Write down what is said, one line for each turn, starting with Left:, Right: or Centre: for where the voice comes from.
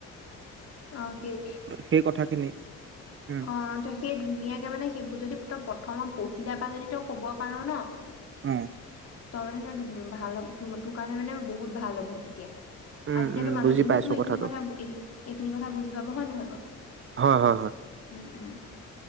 Left: অ সেই।
Right: সেই কথাখিনি উম
Left: অ ত সেই ধুনীয়াকে মানে সেইবোৰ যদি তই প্ৰথমত পঢ়ি। আহিলা পা যদি তই ক'ব পাৰ ন।
Right: উম।
Left: তই মানে তই ভাল হ'লে তোৰ কাৰণে মানে বহুত ভাল হ'ব তেতিয়া। আৰু
Right: উম
Left: তেতিয়াতো মানুহখিনিয়েও
Right: বুজি পাইছো
Left: তো এইখিনি
Right: কথাটো
Left: কথা এইখিনি কথা বুজি পাব হয়ে নহয় বাৰু।
Right: হয় হয় হয়
Left: উম।